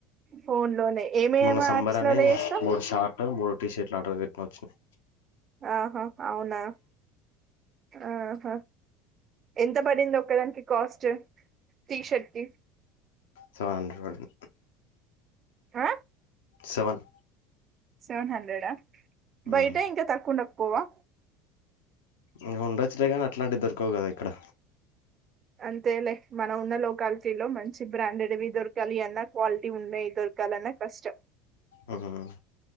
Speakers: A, on the right; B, on the left.
A: ఫోన్ లోనే ఏమేమి
B: మొన్న సంబరనీ
A: యాప్స్ లలో చేస్తావ్
B: మూడు షార్ట్ మూడ్ టీ షర్ట్లు ఆర్డర్ పెట్టినా వచ్చినాయి.
A: ఆహ అవునా? ఆహ ఎంత పడింది ఒకదానికి కాస్ట్? టీషర్ట్ కి
B: సెవెన్ హండ్రెడ్ పడిం
A: ఆ
B: సెవెన్
A: సెవెన్ హండ్రెడా?
B: ఉమ్,
A: బయట ఇంకా తక్కువున్న ప్ పోవా
B: ఇగ ఉండొచ్చులే గానీ, అట్లాంటివి దొరకవు కదా ఇక్కడ
A: అంతేలే మనం ఉన్న లోకాలిటీ లో మంచి బ్రాండెడ్వి దొర్ కాలి అన్నా క్వాలిటీ ఉండేయి దొర్ కాలన్న కష్టం.
B: ఉహ్మ్